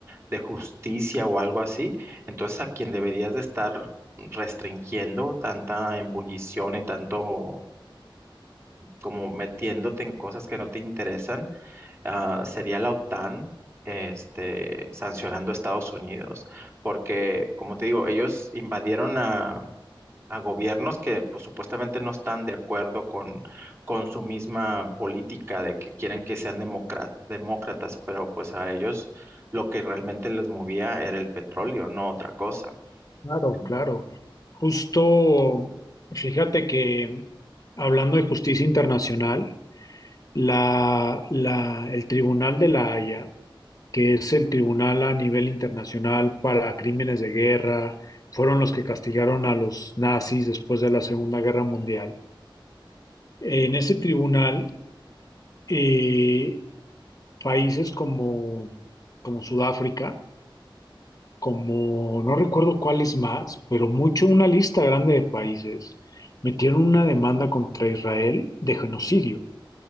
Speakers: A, on the right (about 30°); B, on the left (about 40°).
A: de justicia o algo así, entonces a quien deberías de estar restringiendo tanta embullición y tanto como metiéndote en cosas que no te interesan ah, sería la OTAN este, sancionando a Estados Unidos, porque, como te digo, ellos invadieron a, a gobiernos que pues, supuestamente no están de acuerdo con, con su misma política de que quieren que sean democra- demócratas, pero pues a ellos lo que realmente les movía era el petróleo, no otra cosa.
B: Claro,
A: En-
B: claro. Justo, fíjate que hablando de justicia internacional, la, la- el Tribunal de la Haya, que es el tribunal a nivel internacional para crímenes de guerra, fueron los que castigaron a los nazis después de la Segunda Guerra Mundial. En ese tribunal, eh, países como, como Sudáfrica, como no recuerdo cuáles más, pero mucho una lista grande de países metieron una demanda contra Israel de genocidio.